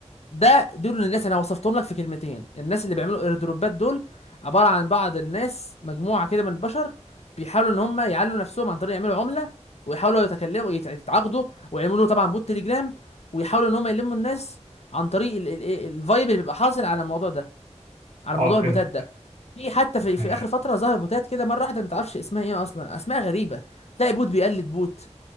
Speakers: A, on the left; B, on the right.
A: ده دول الناس انا وصفتهم لك في كلمتين الناس اللي بيعملوا اير دروبات دول عباره عن بعض الناس مجموعه كده من البشر بيحاولوا ان هم يعلوا نفسهم عن طريق يعملوا عمله ويحاولوا يتكلموا يت- يتعاقدوا ويعملوا طبعا بوت تليجرام ويحاولوا ان هم يلموا الناس عن طريق ال- ال- ال- الفايب اللي بيبقى حاصل على الموضوع ده على
B: اه
A: موضوع البوتات
B: فهمت
A: ده في حتى في,
B: ماشي
A: في اخر فتره ظهر بوتات كده مره واحده ما تعرفش اسمها ايه اصلا اسماء غريبه تلاقي بوت بيقلد بوت